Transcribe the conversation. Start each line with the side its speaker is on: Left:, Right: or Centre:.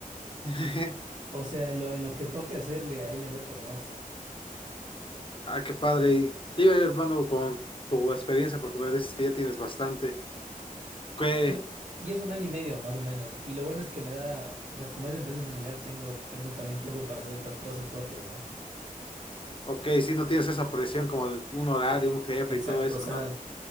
Left: <laughs>
Right: o sea, en lo, en lo que toque hacerle, ahí le meto nomás.
Left: Ah, qué padre. Y dime, hermano, con tu experiencia, porque me dices que ya tienes bastante. Que,
Right: Cla- Y es un año y medio más o menos. Y lo bueno es que me da, o sea, como es empresa familiar, tengo, tengo también tiempo para hacer otras cosas propias, ¿no?
Left: ok, si no tienes esa presión como de un horario, un jefe
Right: Exacto,
Left: y todo eso,
Right: o sea,
Left: ¿no?